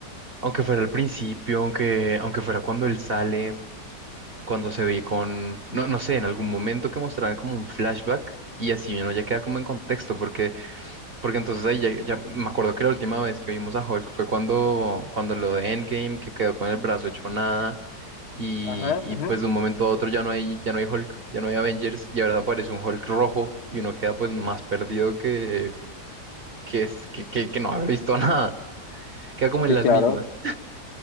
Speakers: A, on the right (about 40°); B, on the left (about 70°).
A: Aunque fuera al principio, aunque, aunque fuera cuando él sale, cuando se ve con, no, no sé, en algún momento que mostraran como un flashback y así uno ya queda como en contexto, porque, porque entonces ahí ya, ya me acuerdo que la última vez que vimos a Hulk fue cuando, cuando lo de Endgame, que quedó con el brazo hecho nada y,
B: Ajá,
A: y
B: ajá.
A: pues de un momento a otro ya no hay, ya no hay Hulk, ya no hay Avengers y ahora aparece un Hulk rojo y uno queda pues más perdido que, que, es- que, que, que no haber visto <laughs> nada, queda como
B: Sí,
A: en las
B: claro,
A: mismas.